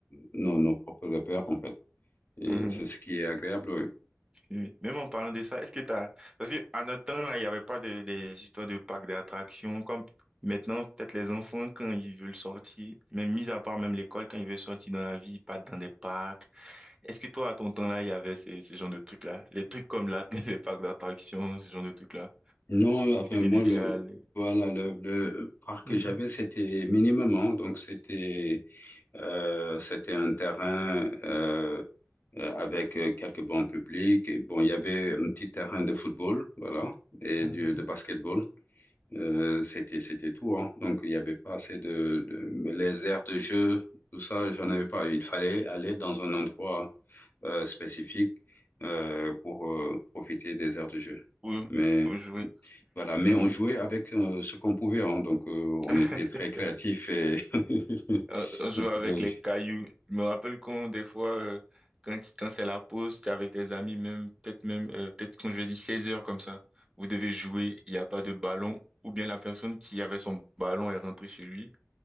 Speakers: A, on the left; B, on the right.
A: nos, nos propres repères en fait. Et
B: mhm.
A: c'est ce qui est agréable. oui.
B: Et Même en parlant de ça, est-ce que t'as... Parce que à notre temps, là, il n'y avait pas de, des histoires de parcs d'attractions. Comme maintenant, peut-être les enfants, quand ils veulent sortir, même mis à part même l'école, quand ils veulent sortir dans la vie, ils partent dans des parcs. Est-ce que toi, à ton temps-là, il y avait ces, ces genres de trucs-là? Les trucs comme là, <laughs> les parcs d'attractions, ce genre de trucs-là.
A: Non, enfin
B: Est-ce que t'es
A: moi
B: déjà
A: le
B: allé?
A: voilà le, le parc
B: Mhm,
A: que
B: mhm,
A: j'avais c'était minimum, hein. donc c'était euh, c'était un terrain euh, euh, avec euh, quelques bancs publics. Et bon, il y avait un petit terrain de football, voilà, et
B: mhm.
A: du, de basketball. Euh, c'était, c'était tout, hein. Donc, il n'y avait pas assez de, de- mais les aires de jeu, tout ça, j'en avais pas. Il fallait aller dans un endroit euh, spécifique euh, pour euh, profiter des aires de jeu.
B: Oui,
A: Mais
B: oui, jouer.
A: voilà, mais
B: Mhm.
A: on jouait avec euh, ce qu'on pouvait, hein. Donc, euh, on
B: <laughs>
A: était très créatifs et <laughs>
B: On on jouait
A: on pouvait.
B: avec les cailloux. Je me rappelle qu'on, des fois, euh, quand, quand c'est la pause, t'es avec des amis, même, peut-être même, euh, peut-être qu'on je dis 16 heures comme ça, vous devez jouer, il n'y a pas de ballon, ou bien la personne qui avait son ballon est rentrée chez lui.